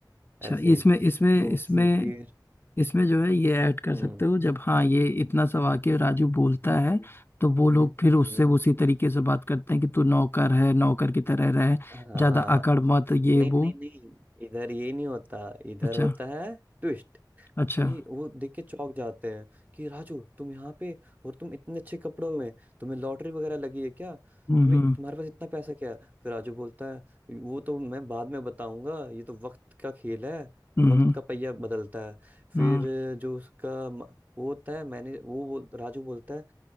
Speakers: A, on the left; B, on the right.
A: अच्छा
B: ऐसे
A: इसमें
B: ही
A: इसमें
B: तो
A: इसमें
B: फिर
A: इसमें जो है ये ऐड कर
B: हम्म
A: सकते हो जब हाँ ये इतना सा वाक्य राजू बोलता
B: हम्म
A: है तो वो
B: हम्म
A: लोग फिर उससे
B: हम्म।
A: उसी तरीके से बात करते हैं कि तू नौकर है नौकर की तरह रहे
B: हाँ
A: ज्यादा अकड़ मत ये
B: नहीं
A: वो
B: नहीं नहीं इधर ये नहीं होता इधर
A: अच्छा
B: होता है ट्विस्ट
A: अच्छा
B: कि वो देख के चौंक जाते हैं कि राजू तुम यहाँ पे और तुम इतने अच्छे कपड़ों में तुम्हें लॉटरी वगैरह लगी है क्या
A: हम्म
B: तुम्हें
A: हम्म
B: तुम्हारे पास इतना पैसा क्या है फिर राजू बोलता है वो तो मैं बाद में बताऊंगा ये तो वक्त का खेल है वक्त
A: हम्म
B: का पहिया बदलता है फिर
A: हम्म
B: जो उसका म- वो होता है मैंने वो बोल राजू बोलता है